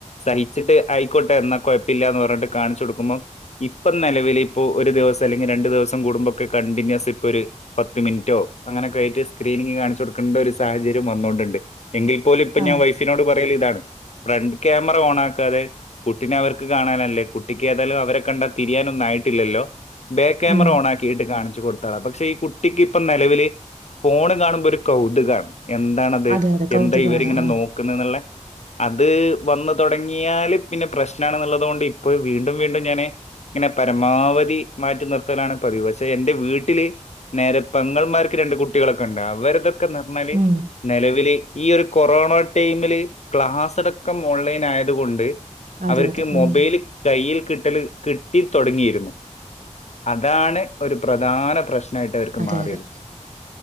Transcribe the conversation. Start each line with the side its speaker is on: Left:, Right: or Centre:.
Left: സഹിച്ചിട്ട് അയിക്കോട്ടെ ന്നാ കൊഴപ്പില്ലാന്ന് പറഞ്ഞിട്ട് കാണിച്ചു കൊടുക്കുമ്പം ഇപ്പം നെലവില് ഇപ്പോ ഒരു ദിവസം അല്ലെങ്കിൽ രണ്ടു ദിവസം കൂടുമ്പോക്കെ കണ്ടിന്യൂസ് ഇപ്പൊ ഒര് പത്ത് മിനിറ്റോ അങ്ങനെയൊക്കെ ആയിട്ട് സ്ക്രീനിങ് കാണിച്ച് കൊടുക്കേണ്ട ഒരു സാഹച ര്യം വന്നോണ്ട് ണ്ട് എങ്കിൽ പോലും ഇപ്പൊ
Right: ആഹ്
Left: ഞാൻ വൈഫിനോട് പറയല് ഇതാണ് ഫ്രണ്ട് ക്യാമറ ഓണാക്കാതെ കുട്ടിനെ അവർക്ക് കാണാനല്ലേ കുട്ടിക്ക് ഏതായാലും അവരെ കണ്ടാൽ തിരിയാനൊന്നു ആയിട്ടില്ലല്ലോ ബേക്യാമറ
Right: ഉം
Left: ഓണാക്കിയിട്ട് കാണിച്ചു കൊടുത്താള പക്ഷെ ഈ കുട്ടിക്ക് ഇപ്പം നെലവില് ഫോണ് കാണുമ്പോ ഒരു കൗതുകാണ് എന്താണത്
Right: അതെ അതെ കൗതുകാണ്
Left: എന്താ ഇവരിങ്ങനെ
Right: ആഹ്
Left: നോ- ക്ക്ന്നേന്ന്ള്ളെ അത് വന്ന് തൊടങ്ങി യാല് പിന്നെ പ്രശ്നാണ്ന്നുള്ളത് കൊണ്ട് ഇപ്പോ വീണ്ടും വീണ്ടും ഞാന് ഇങ്ങനെ പരമാവധി മാറ്റി നിർത്തലാണ് പതിവ് പക്ഷെ എന്റെ വീട്ടില് നേരെ പെങ്ങൾമാര്ക്ക് രണ്ട് കുട്ടികളൊക്കെ ഇണ്ട് അവര്ത് ഞ്ഞാല്
Right: ഉം
Left: നിലവില് ഈ ഒരു കൊറോണ ടൈമില് ക്ലാസ് അടക്കം ഓൺലൈൻ ആയതുകൊണ്ട്
Right: അതെ
Left: അവർക്ക്
Right: അതെ
Left: മൊബൈൽ
Right: ഉം
Left: കൈയിൽ കിട്ടൽ കിട്ടിത്തൊടങ്ങിയിരുന്നു അതാണ് ഒരു പ്രധാന പ്രശ്നം മായിട്ട് അവർക്ക്
Right: അതെ
Left: മാറിയത്
Right: അതെ